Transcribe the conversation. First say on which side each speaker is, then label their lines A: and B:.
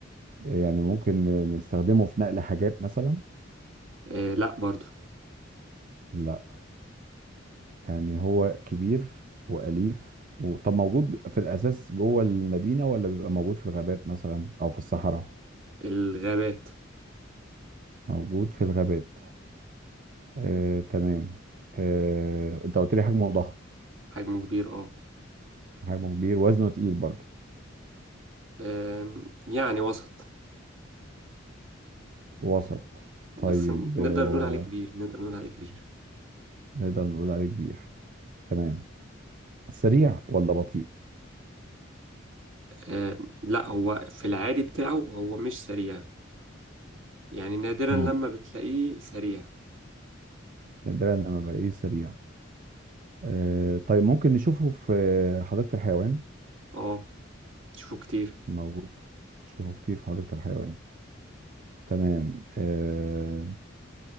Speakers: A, on the right; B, on the right.
A: يعني ممكن نستخدمه في نقل حاجات مثلا
B: آه لا برضو
A: لا يعني هو كبير وأليف وطب موجود في الأساس جوه المدينة ولا بيبقى موجود في الغابات مثلا أو في الصحراء
B: الغابات
A: موجود في الغابات آه، تمام آه، انت قلت لي حجمه ضخم
B: حجمه كبير اه
A: حجمه كبير وزنه تقيل برضه
B: آم، يعني وسط
A: وسط
B: بس
A: طيب
B: نقدر
A: آه،
B: نقول عليه كبير نقدر نقول عليه كبير
A: نقدر نقول عليه كبير تمام سريع ولا بطيء
B: آه، لا هو في العادي بتاعه هو مش سريع يعني نادرا
A: امم
B: لما بتلاقيه سريع
A: نادرا لما بلاقيه سريع آه طيب ممكن نشوفه في حديقة الحيوان
B: اه تشوفه كتير
A: موجود نشوفه كتير في حديقة الحيوان تمام آه